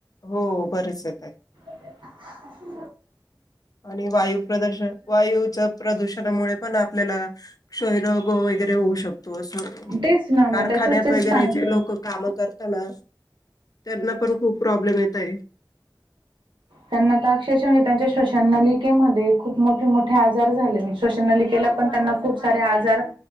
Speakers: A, on the left; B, on the right.
A: हो बरेच येत आहेत
B: <inaudible> <inaudible>
A: आणि वायू प्रदूषण वायूच प्रदूषणामुळे पण आपल्याला क्षयरोग वगैरे होऊ शकतो तो
B: तेच ना मग
A: कारखान्यात
B: त्याच्याच तेच
A: वगैरे
B: सांगते
A: जे लोक काम करत ना त्यांना पण खूप प्रॉब्लेम य काय
B: त्यांना तर अक्षरश म्हणजे त्यांच्या श्वसन नलिकेमध्ये खूप मोठे मोठे आजार झालेज श्वसन नलिकेला पण त्यांना खूप सारे आजार